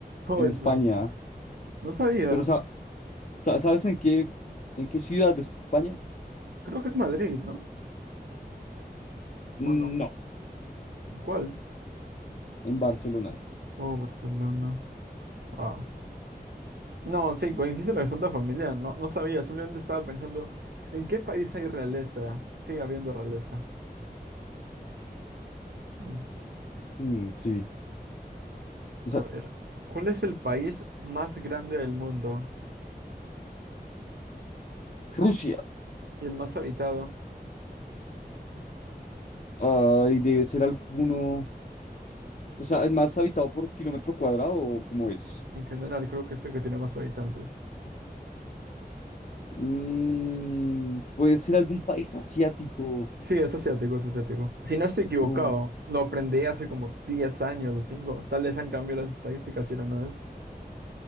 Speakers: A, on the right; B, on the left.
A: Oh,
B: En
A: España.
B: España.
A: No sabía.
B: Pero sa- sa- ¿sabes en qué, en qué ciudad de España?
A: Creo que es Madrid, ¿no?
B: Mm,
A: ¿O no?
B: No,
A: ¿Cuál?
B: en Barcelona.
A: Oh, Barcelona. Wow. No, sí, cuando dijiste la Santa Familia, no, no sabía, simplemente estaba pensando, ¿en qué país hay realeza? Sigue habiendo realeza. Hmm.
B: Mm, sí. O sea,
A: A ver, ¿cuál es el
B: sí,
A: país más grande del mundo
B: Rusia.
A: y el más habitado?
B: Ay, debe ser alguno. O sea, ¿el más habitado por kilómetro cuadrado o cómo es?
A: En general, creo que es el que tiene más habitantes.
B: Mm, puede ser algún país asiático.
A: Sí, es asiático, es asiático. Si no estoy equivocado,
B: Uh,
A: lo aprendí hace como 10 años o 5. Tal vez han cambiado las estadísticas si no, no es.